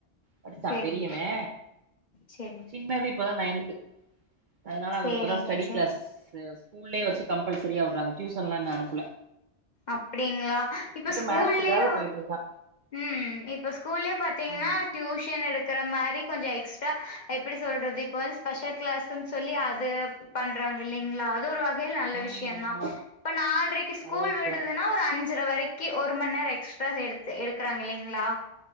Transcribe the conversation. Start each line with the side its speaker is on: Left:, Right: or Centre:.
Right: படிச்சா
Left: செரிங்க
Right: பெரியவே
Left: செரிங்க
Right: சின்னது இப்பதா நைன்து அதனால அவரு
Left: சேரிங்க
Right: இப்பதா ஸ்டடி
Left: சேரி
Right: கிளாஸ் ஸ்கூல்லே வச்சு கம்பல்சரியா விடுறாங்க டியூஷன் எல்லா நான் அனுப்புல
Left: அப்படிங்களா இப்ப ஸ்கூல்லயே
Right: மேக்ஸுக்காக போயிட்ருக்கா
Left: ம் இப்போ ஸ்கூல்லயே பார்த்தீங்கன்னா
Right: ம்
Left: டியூஷன் எடுக்கிற மாதிரி கொஞ்ச எக்ஸ்ட்ரா எப்படி சொல்றது இப்போ ஸ்பெஷல் கிளாஸ்ன்னு சொல்லி அது பண்றாங்க இல்லலைங்களா அது ஒரு நல்ல
Right: ம்
Left: விஷயந்தா
Right: ஆமா
Left: இப்ப நாள்ரைக்கு ஸ்கூல்
Right: நல்ல விஷ்யோ
Left: விட ஒரு அஞ்சரை வரைக்கு ஒரு மணி நேரோ எக்ஸ்ட்ரா எடுத்து எடுக்கறாங்க இல்லலைங்களா